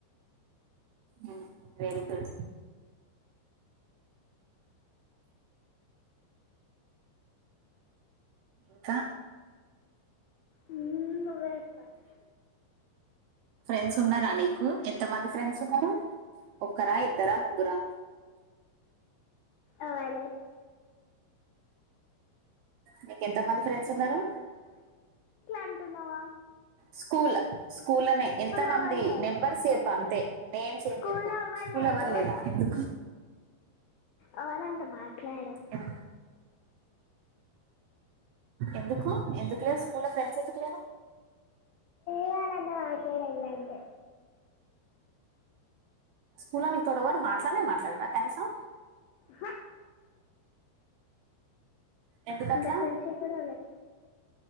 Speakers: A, on the right; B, on the left.
A: ఆ వెరీ గుడ్ ఇంకా
B: మ్మ్, నువ్వే చెప్పాలి
A: ఫ్రెండ్స్ ఉన్నరా నీకు ఎంత మంది ఫ్రెండ్స్ ఉన్నరు ఒక్కరా, ఇద్దరా, ముగ్గురా
B: ఎవర్ లేర్
A: నీకు ఎంత మంది ఫ్రెండ్స్ ఉన్నరు
B: అంటున్నవా
A: స్కూల్ స్కూల్లనే ఎంత మంది
B: అవ్వలేదు
A: నెంబర్ చెప్పు అంతే నేమ్స్
B: స్కూల్
A: ఏం చెప్పకు
B: అవ్వలేదు
A: స్కూల్ల ఎవరు లేరా ఎందు
B: ఎవరు అంత మాట్లాడర్
A: ఎం- ఎందుకు ఎందుకులేరు స్కూల్ ఫ్రెండ్స్ ఎందుకు లేరు
B: వాళ్లందరు మాట్లాడరు గంతే
A: స్కూల్లో నీ తోటి ఏవరు మాట్లాడనే మాట్లాడరా కనీసం
B: హ,
A: ఎందుకట్లా
B: ఇడ అట్లాంటి శేకలే ఉన్నయి